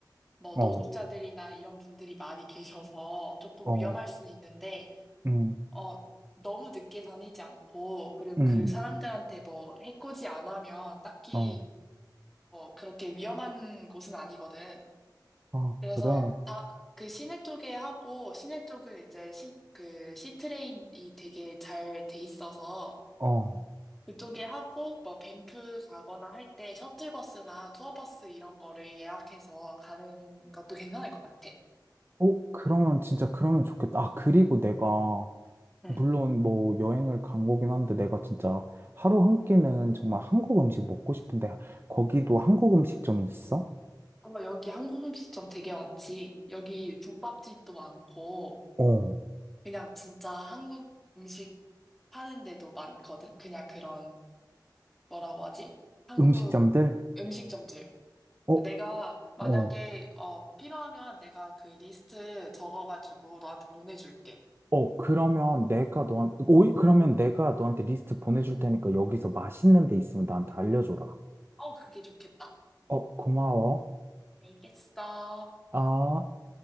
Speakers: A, in the centre; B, on the right.
A: 뭐
B: 어,
A: 노숙자들이나 이런 분들이 많이 계셔서 조금
B: 어,
A: 위험할 수는 있는데,
B: 음,
A: 어, 너무 늦게 다니지 않고, 그리고
B: 음,
A: 그 사람들한테 뭐 해코지 안 하면 딱히
B: 어.
A: 뭐 그렇게 위험한 곳은 아니거든.
B: 아,
A: 그래서
B: 그래.
A: 다, 그 시내 쪽에 하고, 시내 쪽은 이제 시, 그 시트레인이 되게 잘 돼 있어서
B: 어.
A: 그쪽에 하고, 뭐 밴프 가거나 할 때 셔틀버스나 투어버스 이런 거를 예약해서 가는 것도 괜찮을 것 같아.
B: 어, 그러면 진짜 그러면 좋겠다. 아, 그리고 내가
A: 응.
B: 물론 뭐 여행을 간 거긴 한데 내가 진짜 하루 한 끼는 정말 한국 음식 먹고 싶은데 거기도 한국 음식점이 있어?
A: 어, 여기 한국 음식점 되게 많지. 여기 국밥집도 많고,
B: 어.
A: 그냥 진짜 한국 음식 파는 데도 많거든? 그냥 그런, 뭐라고 하지? 한국
B: 음식점들?
A: 음식점들.
B: 어,
A: 내가 만약에,
B: 어.
A: 어, 필요하면 내가 그 리스트 적어가지고 너한테 보내줄게.
B: 어, 그러면 내가 너한, 오이, 그러면 내가 너한테 리스트 보내줄 테니까 여기서 맛있는 데 있으면 나한테 알려줘라.
A: 어, 그게 좋겠다.
B: 어, 고마워.
A: 알겠어.
B: 아.